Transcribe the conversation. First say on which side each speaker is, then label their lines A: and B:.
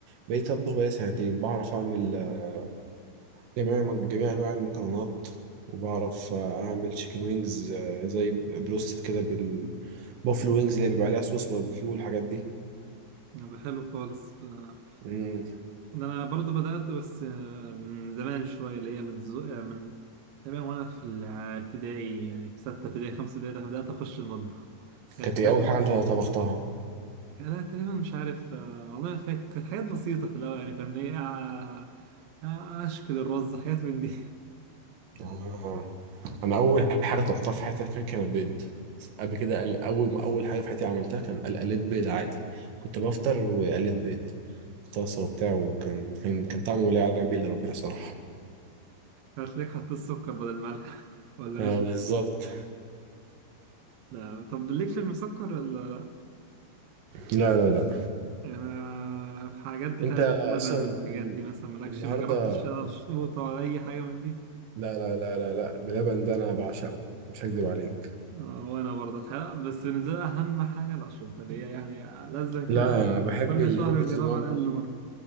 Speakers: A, on the right; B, on the right.
A: بقيت أطبخ بقى سنتين بعرف أعمل آه، جميع جميع أنواع المكرونات وبعرف آه، أعمل تشيكن وينجز آه، زي بروستد كده بالبوفلو وينجز اللي بيبقى عليها صوص باربيكيو والحاجات دي
B: ده حلو خالص آه،
A: مم.
B: ده انا برضو بدأت بس آه، من زمان شوية اللي هي من زو... آه، من تقريبا وانا في الابتدائي يعني في ستة ابتدائي خمسة ابتدائي ده بدأت اخش المطبخ كانت
A: كانت
B: أكل-
A: إيه أول حاجة أنت طبختها؟
B: <laughs> لا تقريبا مش عارف آه، والله ما فاكر كانت حاجات بسيطة في الأول يعني كان إيه آه، آه، أشكل الرز حاجات من دي
A: آه. أنا أول حاجة طبختها في حياتي فاكر كانت بيض قبل كده قل- أول ما أول حاجة في حياتي عملتها كان قل- قليت بيض عادي كنت بفطر وقليت بيض في طاسة وبتاع وكان كان كان طعمه لا يعلم بيه إلا ربنا صراحة
B: هتلاقيك حطيت سكر بدل ملح <laughs> ولا
A: اه
B: نشا
A: بالظبط
B: لا طب ليك في المسكر ولا
A: لا لا لا
B: يعني ما- في حاجات بتاعت
A: انت اصلا
B: بلبن والحاجات
A: ان...
B: دي مثلا مالكش
A: النهارده
B: ما جربتش اشربوطة ولا اي حاجة من دي
A: لا لا لا لا لا بلبن ده انا بعشقه مش هكدب عليك
B: آه وانا برضه الحقيقة بس بالنسبة لي اهم حاجة الاشربوطة اللي هي يعني لازم كده
A: لا أنا بحب
B: كل
A: الهوبا
B: شهر اجربها
A: تيتو مامبو
B: على الاقل مرة